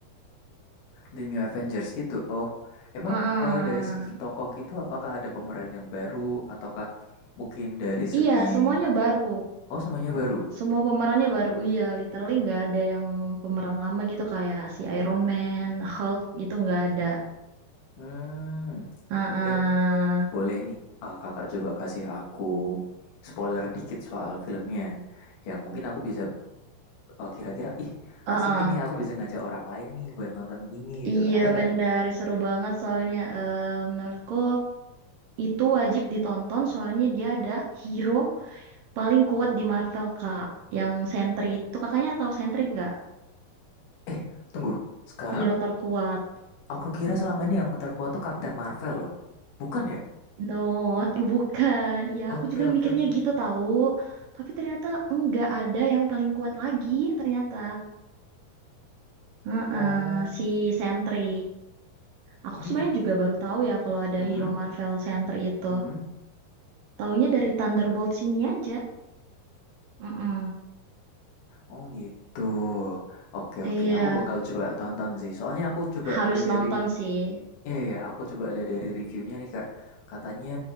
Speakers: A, on the left; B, on the right.
A: The New Avengers gitu. Oh, emang
B: uh
A: eh, dari segi tokoh gitu, apakah ada pemeran yang baru ataukah mungkin dari segi
B: Iya, semuanya baru.
A: oh semuanya baru?
B: Semua pemerannya baru, iya, literally nggak ada yang pemeran lama gitu kayak si Iron Man, Hulk gitu nggak ada.
A: Hmm,
B: Heeh.
A: mungkin boleh nih. Ah, kakak coba kasih aku spoiler dikit soal filmnya. Yang mungkin aku bisa eh, kira-kira, ih
B: Heeh.
A: asik ini aku bisa ngajak orang lain nih buat nonton ini gitu.
B: Iya
A: Ada nggak?
B: benar, seru banget soalnya eh, menurutku itu wajib ditonton soalnya dia ada hero paling kuat di Marvel Kak, yang Sentry itu kakaknya tahu Sentry nggak?
A: Eh, tunggu. Sekarang
B: Hero terkuat.
A: aku kira selama ini yang terkuat tuh Captain Marvel loh. Bukan ya?
B: No, bukan. Iya, aku
A: Oke,
B: juga
A: oke,
B: mikirnya
A: oke.
B: gitu tahu. Tapi ternyata enggak ada yang paling kuat lagi ternyata. Heeh,
A: Oh,
B: si Sentry. Aku
A: ini
B: sebenarnya
A: di
B: juga baru tahu ya kalau ada
A: Mhm,
B: hero Marvel Sentry itu.
A: mhm.
B: Taunya dari Thunderbolts ini aja. Mm-mm.
A: Oh gitu. Oke
B: Iya,
A: oke, aku bakal coba tonton sih. Soalnya aku coba
B: harus
A: lihat
B: nonton
A: dari,
B: sih.
A: iya ya, aku coba lihat dari reviewnya nih Kak. Katanya